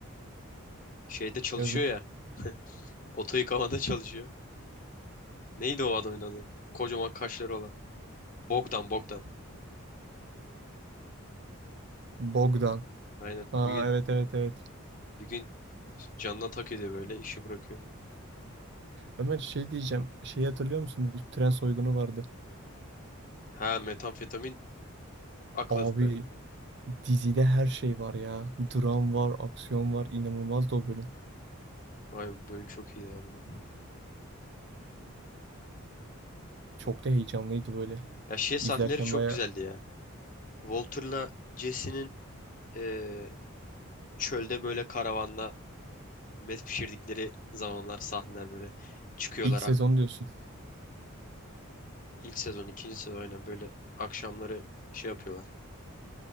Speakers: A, on the left; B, on the right.
A: Şeyde çalışıyor
B: yazık.
A: ya. Oto yıkamada çalışıyor. Neydi o adamın adı? Kocaman kaşları olan. Bogdan Bogdan.
B: Bogdan.
A: Aynen.
B: Aa
A: Bir gün
B: evet evet evet.
A: bir gün canına tak ediyor böyle işi bırakıyor.
B: Ömer şey diyeceğim. Şeyi hatırlıyor musun? Bu tren soygunu vardı.
A: Ha metamfetamin akladıkları.
B: Abi dizide her şey var ya. Dram var, aksiyon var. İnanılmazdı o bölüm.
A: Ay bölüm çok iyiydi harbiden.
B: Çok da heyecanlıydı böyle.
A: Ya şey sahneleri
B: İzlerken
A: çok
B: baya
A: güzeldi ya. Walter'la Jesse'nin eee, çölde böyle karavanda met pişirdikleri zamanlar sahneler böyle çıkıyorlar.
B: ilk sezon
A: Ak-
B: diyorsun.
A: İlk sezon, ikinci sezon aynen böyle akşamları şey yapıyorlar.